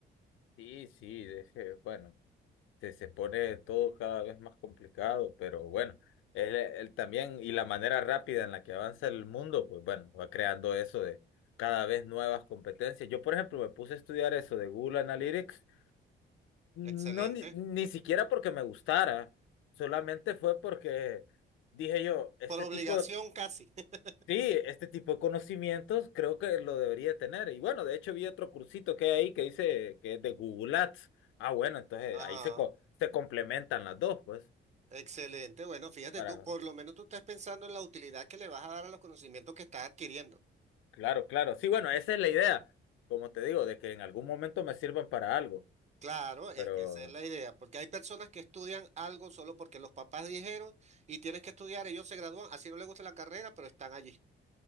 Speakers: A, on the left; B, on the right.
A: sí, sí, deje- bueno, se, se pone todo cada vez más complicado, pero bueno, él, él también, y la manera rápida en la que avanza el mundo, pues bueno, va creando eso de cada vez nuevas competencias. Yo, por ejemplo, me puse a estudiar eso de Google Analytics No,
B: Excelente.
A: ni, ni siquiera porque me gustara, solamente fue porque dije yo, este
B: Por obligación
A: tipo, de,
B: casi. <laughs>
A: sí, este tipo de conocimientos creo que lo debería tener. Y bueno, de hecho vi otro cursito que hay ahí que dice que es de Google Ads. Ah, bueno, entonces
B: Ajá.
A: ahí se, co- se complementan las dos, pues,
B: Excelente. Bueno, fíjate
A: para,
B: tú, por lo menos tú estás pensando en la utilidad que le vas a dar a los conocimientos que estás adquiriendo.
A: claro, claro. Sí, bueno, esa es la idea, como te digo, de que en algún momento me sirvan para algo,
B: Claro, es
A: pero...
B: que esa es la idea, porque hay personas que estudian algo solo porque los papás dijeron y tienes que estudiar, ellos se gradúan, así no les gusta la carrera, pero están allí.